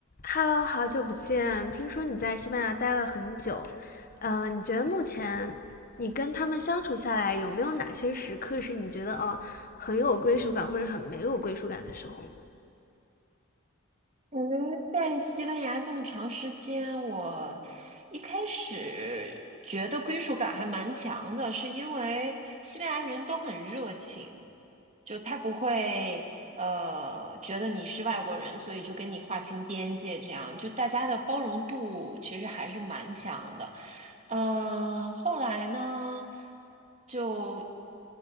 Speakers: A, on the left (about 45°); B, on the right (about 35°).
A: Hello，好久不见！听说你在西班牙待了很久，呃，你觉得目前你跟他们相处下来，有没有哪些时刻是你觉得哦很有归属感，或者很没有归属感的时候呢？
B: 嗯，在西班牙这么长时间，我一开始觉得归属感还蛮强的，是因为西班牙人都很热情，就他不会呃觉得你是外国人，所以就跟你划清边界，这样就大家的包容度其实还是蛮强的。嗯，后来呢，就